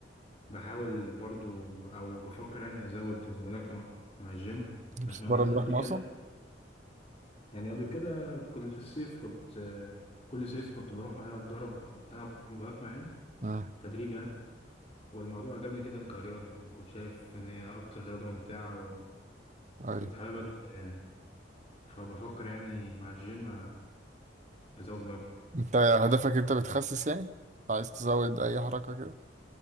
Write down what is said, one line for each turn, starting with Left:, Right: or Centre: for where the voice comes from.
Left: بحاول برضو او بفكر يعني ازود الملاكمة مع الجيم
Right: بتتمرن
Left: عشان أنا
Right: بقى
Left: قبل كده
Right: أصلا؟
Left: يعني قبل كده كنت في الصيف كنت آه، كل صيف كنت بروح العب ضرب العب ملاكمة يعني
Right: مم.
Left: تدريب يعني والموضوع عجبني جدا كرياضة يعني كنت شايف ان هي اكتر رياضة ممتعة
Right: قول
Left: وكنت
Right: لي
Left: حاببها جدا يعني فبفكر يعني مع الجيم ازود مراجعة
Right: أنت هدفك أنت بتخسس يعني؟ عايز تزود أي حركة كده؟